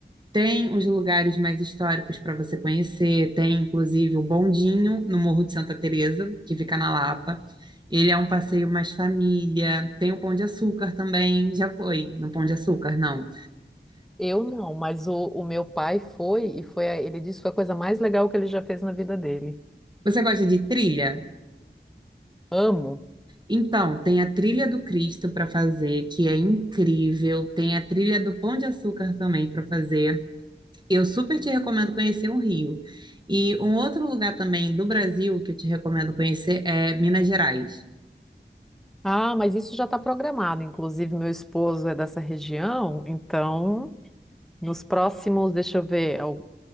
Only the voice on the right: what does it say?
Tem os lugares mais históricos para você conhecer. Tem, inclusive, o Bondinho, no Morro de Santa Teresa, que fica na Lapa. Ele é um passeio mais família. Tem o Pão de Açúcar também. Já foi no Pão de Açúcar, não?
Você gosta de trilha?
Então, tem a trilha do Cristo para fazer, que é incrível. Tem a trilha do Pão de Açúcar também para fazer. Eu super te recomendo conhecer o Rio. E um outro lugar também do Brasil que eu te recomendo conhecer é Minas Gerais.